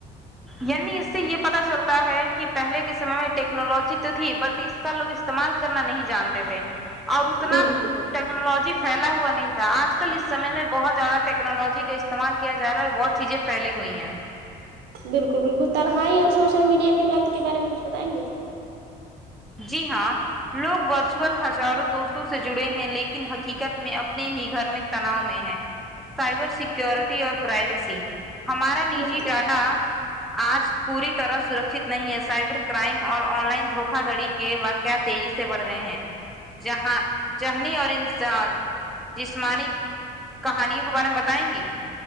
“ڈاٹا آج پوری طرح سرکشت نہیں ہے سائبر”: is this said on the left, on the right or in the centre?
Centre